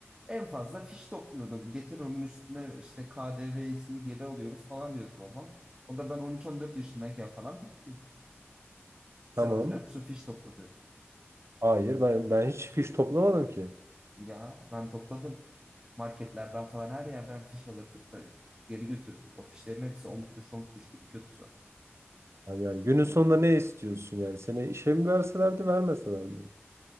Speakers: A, on the right (about 20°); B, on the right (about 75°).
A: En fazla fiş topluyordum. Getir onun üstüne işte KDV'sini geri alıyoruz falan diyordu babam. O da ben on üç on dört yaşındayken falan bitti. Sen
B: Tamam.
A: hatırlıyor musun fiş topladığını?
B: Hayır ben ben hiç fiş toplamadım ki.
A: Ya ben topladım. Marketlerden falan her yerden fiş alırdık da geri götürdük. O fişlerin hepsi 10 kuruş 10 kuruş birikiyordu sonra.
B: Yani, yani günün sonunda ne istiyorsun yani? Seni işe mi verselerdi, vermeselerdi?